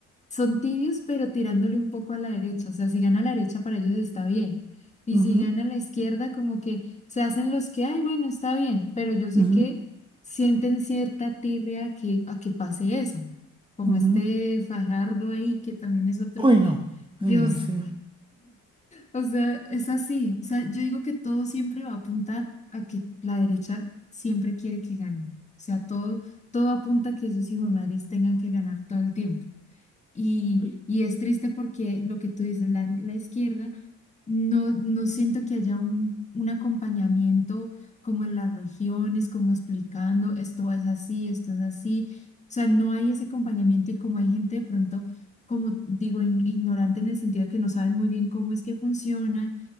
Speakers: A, on the left; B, on the right.
A: son tibios, pero tirándole un poco a la derecha. O sea, si gana la derecha, para ellos está bien. Y
B: Ujú,
A: si gana la izquierda, como que se hacen los que, ay, bueno, está bien. Pero yo sé
B: ujú,
A: que sienten cierta tirria a que, a que pase eso. Como
B: ujú.
A: este Fajardo ahí, que también es otro
B: Uy,
A: que,
B: no,
A: Dios,
B: señor, sí.
A: o sea, es así. O sea, yo digo que todo siempre va a apuntar a que la derecha siempre quiere que gane. O sea, todo, todo apunta a que esos hijos madres tengan que ganar todo el tiempo. Y,
B: Uy,
A: y es triste porque lo que tú dices, la, la izquierda, no, no siento que haya un, un acompañamiento como en las regiones, como explicando esto es así, esto es así. O sea, no hay ese acompañamiento y como hay gente de pronto, como digo, in- ignorante en el sentido de que no saben muy bien cómo es que funciona